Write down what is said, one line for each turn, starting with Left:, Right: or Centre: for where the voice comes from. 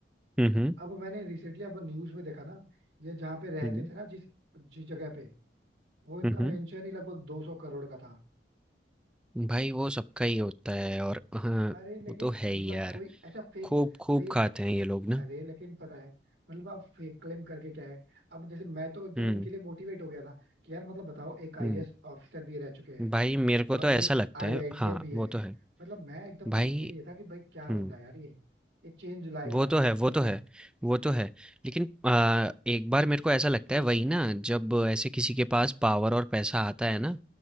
Centre: हुँ, हुँ।
Right: अब मैंने रिसेंटली अब न्यूज में देखा ना ये जहाँ पे रहते
Centre: हुँ,
Right: थे ना जिस जिस जगह पे वो इनका
Centre: हुँ, हुँ।
Right: मेंशन ही लगभग दो सौ करोड़ का था
Centre: भाई वो सबका ही होता है और हाँ,
Right: अरे लेकिन
Centre: वो तो है ही
Right: मतलब
Centre: यार।
Right: कोई ऐसा फेक
Centre: खूब, खूब
Right: फेक
Centre: खाते हैं ये लोग ना।
Right: अरे लेकिन पता है मतलब आप फेक क्लेम करके क्या है अब जैसे मैं तो एकदम
Centre: हुँ,
Right: इनके लिए मोटिवेट हो गया था कि यार मतलब बताओ एक आईएएस
Centre: हुँ।
Right: ऑफिसर भी रह चुके हैं
Centre: भाई मेरे को तो
Right: और
Centre: ऐसा
Right: एक
Centre: लगता
Right: आईआईटीएन
Centre: है हाँ,
Right: भी है
Centre: वो तो है।
Right: मतलब मैं एकदम
Centre: भाई
Right: इनके लिए था कि भाई क्या बंदा
Centre: हुँ,
Right: है यार ये ये चेंज लाएगा
Centre: वो तो है, वो
Right: सच
Centre: तो
Right: में
Centre: है, वो तो है। लेकिन अ, एक बार मेरे को ऐसा लगता है वही ना जब ऐसे किसी के पास पावर और पैसा आता है ना,